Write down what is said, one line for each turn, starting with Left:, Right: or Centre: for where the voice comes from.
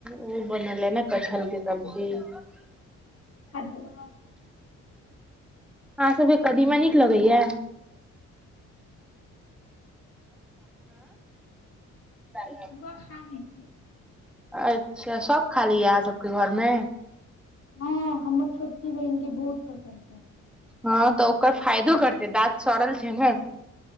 Centre: ओ बनलेए न कठहल के सब्जी <inaudible>
Left: तरुआ
Centre: हाँ सबके कदीमा नीक लगैया <inaudible>
Left: तरुआ खानी की
Centre: अच्छा सब खा लेए अहाँ सबके घरमे
Left: हँ हमर छोटकी बहिनक के बहुत पसन्द छै
Centre: हँ तऽ ओकर फायदो करतै दाँत सड़ल छै ने